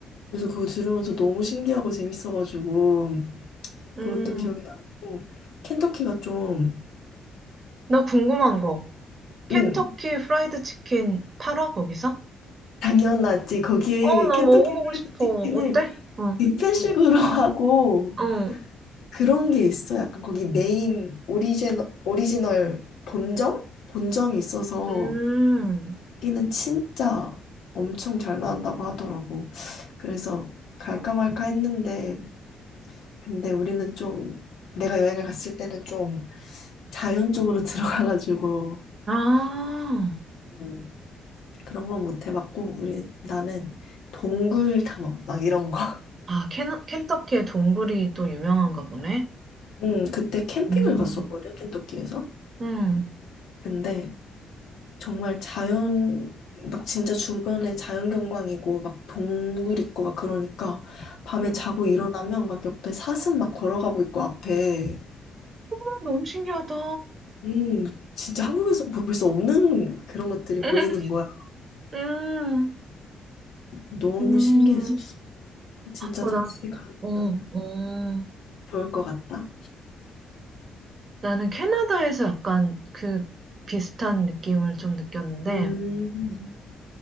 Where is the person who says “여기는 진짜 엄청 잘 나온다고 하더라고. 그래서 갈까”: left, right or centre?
Left